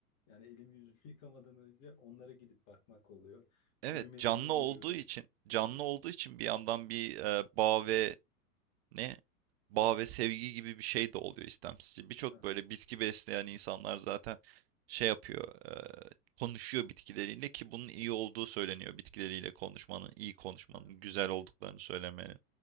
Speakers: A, on the left; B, on the right.
A: yani elimi yüzümü <laughs> yıkamadan önce onlara gidip bakmak oluyor.
B: Evet
A: Büyümelerini
B: canlı
A: görüyorum.
B: olduğu için canlı olduğu için bir yandan bir e, bağ ve ne bağ ve sevgi gibi bir şey de oluyor istemsizce. Birçok
A: Hı hı,
B: böyle bitki besleyen insanlar zaten şey yapıyor, eee, konuşuyor bitkileriyle ki bunun iyi olduğu söyleniyor. Bitkileriyle konuşmanın, iyi konuşmanın,
A: hı hı.
B: güzel olduklarını söylemenin,